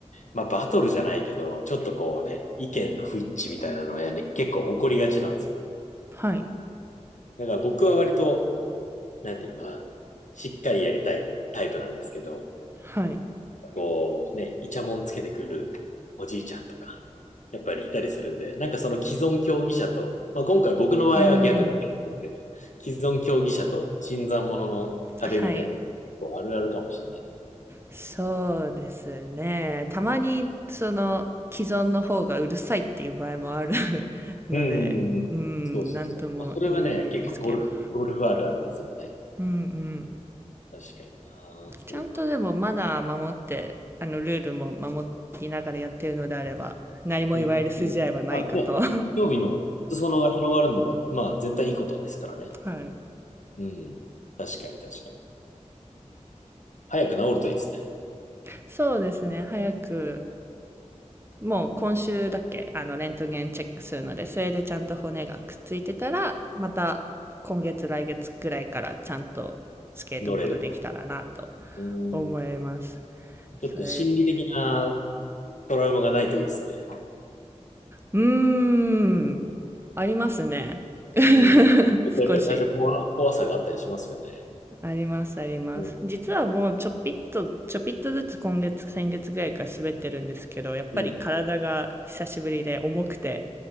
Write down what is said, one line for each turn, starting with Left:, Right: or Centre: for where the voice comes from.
Left: まあ、バトルじゃないけど、ちょっとこうね、意見の不一致みたいなのは、ね、結構起こりがちなんですよ。
Right: はい。
Left: だから僕は割と、なんていうのかな、しっかりやりたいタイプなんですけど、
Right: はい。
Left: こうね、イチャモンつけてくるおじいちゃんとか、やっぱりいたりするんで、なんかその既存競技者と、まあ、今回僕の場合は逆のケースですけど、
Right: うーん。
Left: 既存競技者と新参者の壁みたいなの結構あるあるかもしれない。
Right: はい。そうですね。たまに、その、既存の方がうるさいっていう場合もある <laughs> ので、
Left: うんうんうん。
Right: うん、
Left: そうそうそう。
Right: なんとも言えないですけど。
Left: まあ、それはね、結構ゴルフ、ゴルフあるあるですよね。
Right: うんうん。
Left: 確かにな。そうか。
Right: ちゃんとでもマナー守って、あの、ルールも守りながらやってるのであれば、何も言われる筋合いはないかと。
Left: うん。うん。まあね、
Right: <laughs>
Left: 競技の裾野が広がるのは、まあ絶対いいことですからね。
Right: はい。
Left: うん。確かに確かに。早く治るといいですね。
Right: そうですね。早くもう今週だっけあの、レントゲンチェックするので、それでちゃんと骨がくっついてたら、また今月来月くらいからちゃんとスケートボードできたらなと
Left: 乗れるの。うん。
Right: 思います。
Left: ちょっと心理的な
Right: それ、
Left: トラウマがないといいですね。
Right: うーん、ありますね
Left: うん。
Right: <laughs>。
Left: やっぱり最初怖、
Right: 少し。
Left: 怖さがあったりしますよね。
Right: あります、あります。
Left: うん。
Right: 実はもうちょっぴっと、ちょぴっとずつ今月、先月ぐらいから滑ってるんですけど、やっぱり体が久しぶりで重くて
Left: うん。